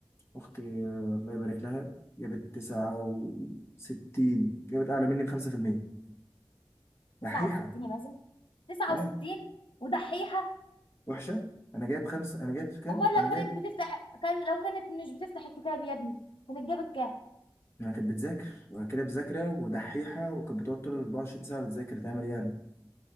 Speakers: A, on the left; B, on the left.
A: اختي آه، الله يبارك لها جابت تسعة وستين جابت اعلى مني بخمسة في المية دحيحة
B: 69 يا مازن 69
A: اه
B: ودحيحة
A: وحشة انا جايب خمسة انا جايب كام
B: امال
A: انا
B: لو
A: جايب
B: كانت بتفتح كان لو كانت مش بتفتح الكتاب يا ابني كانت جابت كام
A: انا كانت بتذاكر وأنا كده بذاكرة ودحيحة وكانت بتقعد طول 24 ساعة بتذاكر تعمل إيه يعني